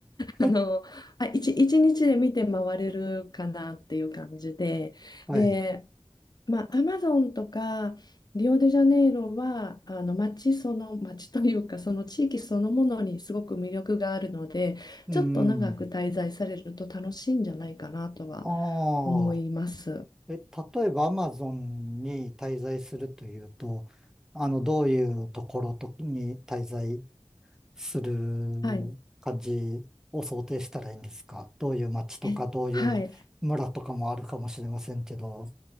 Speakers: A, on the left; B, in the centre.
A: あの、
B: い。
A: あ、一、一日で見て回れるかなっていう感じで、
B: はい。
A: で、まあ、アマゾンとかリオデジャネイロは、あの、街その、街というか、その地域そのものにすごく魅力があるので、
B: うん。
A: ちょっと長く滞在されると楽しいんじゃないかなとは
B: ああ。
A: 思います。
B: え、例えばアマゾンに滞在するというと、あの、どういうところとに滞在する
A: はい。
B: 感じを想定したらいいんですかどういう街とか、
A: えはい。
B: どういう村とかもあるかもしれませんけど。